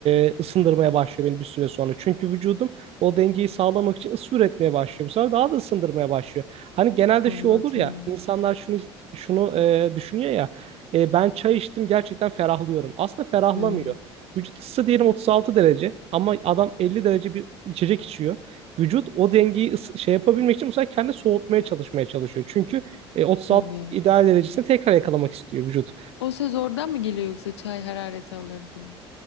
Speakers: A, on the right; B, on the left.
A: e, ısındırmaya başlıyor beni bir süre sonra. Çünkü vücudum o dengeyi sağlamak için ısı üretmeye başlıyor. Bu sefer daha da ısındırmaya başlıyor. Hani genelde
B: Anladım.
A: şu olur ya, insanlar şunu şunu e, düşünüyor ya, e, ben çay içtim gerçekten ferahlıyorum. Aslında ferahlamıyor.
B: Hı.
A: Vücut ısısı diyelim 36 derece ama adam 50 derece bir içecek içiyor. Vücut o dengeyi ısı- şey yapabilmek için bu sefer kendi soğutmaya çalışmaya çalışıyor. Çünkü e, 36
B: Evet.
A: ideal derecesine tekrar yakalamak istiyor vücut.
B: O söz oradan mı geliyor yoksa çay hararet alır diye?